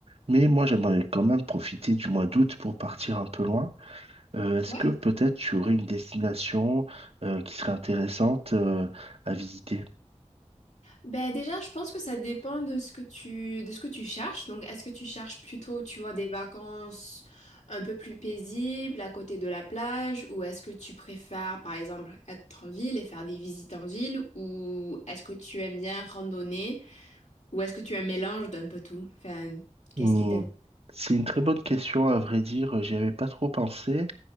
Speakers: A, on the right (about 55°); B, on the left (about 70°).
A: mais moi j'aimerais quand même profiter du mois d'août pour partir un peu loin. Euh, est-ce
B: Ouais.
A: que peut-être tu aurais une destination euh, qui serait intéressante euh, à visiter?
B: Ben déjà, je pense que ça dépend de ce que tu, de ce que tu cherches. Donc, est-ce que tu cherches plutôt, tu vois, des vacances un peu plus paisibles à côté de la plage, ou est-ce que tu préfères, par exemple, être en ville et faire des visites en ville, ou est-ce que tu aimes bien randonner, ou est-ce que tu as un mélange d'un peu tout? Enfin, qu'est-ce
A: Hmm.
B: qui t'intéresse?
A: C'est une très bonne question, à vrai dire, euh, j'y avais pas trop pensé,